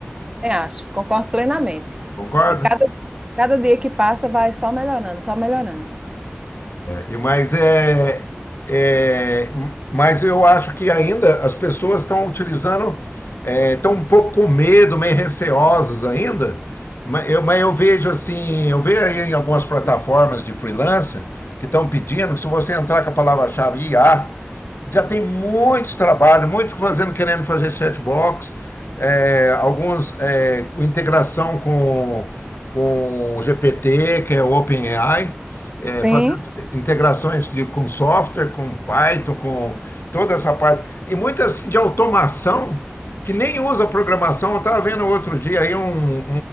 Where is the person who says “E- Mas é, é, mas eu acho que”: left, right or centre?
Left